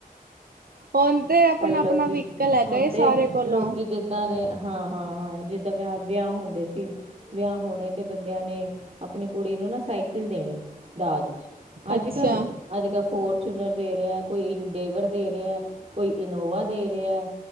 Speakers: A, on the right; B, on the right.
A: ਹੁਣ ਤੇ। ਆਪਣਾ-ਆਪਣਾ
B: ਇਹ ਲੋਕੀਂ,
A: ਵਹੀਕਲ ਹੈਗਾ
B: ਹੁਣ
A: ਏ
B: ਤੇ
A: ਸਾਰੇ ਕੋਲੋਂ
B: ਲੋਕੀਂ ਜੇ। ਜਿਦਾਂ ਦੇ ਹਾਂ, ਹਾਂ, ਹਾਂ, ਜਿੱਦਾਂ ਵਿਆਹ ਵਿਆਹ ਹੁੰਦੇ ਸੀ। ਵਿਆਹ ਹੋਣੇ ਤੇ ਬੰਦਿਆਂ ਨੇ ਆਪਣੀ ਕੁੜੀ ਨੂੰ ਨਾ ਸਾਈਕਲ ਦੇਣੀ ਦਾਜ 'ਚ। ਅੱਜ-
A: ਅੱਛਾ।
B: ਕੱਲ੍ਹ, ਅੱਜ- ਕੱਲ੍ਹ ਫੋਰਚੂਨਰ ਦੇ ਰਿਹਾ, ਕੋਈ ਇੰਡੇਵਰ ਦੇ ਰਿਹਾ ਹੈ। ਕੋਈ ਇਨੋਵਾ ਦੇ ਰਿਹਾ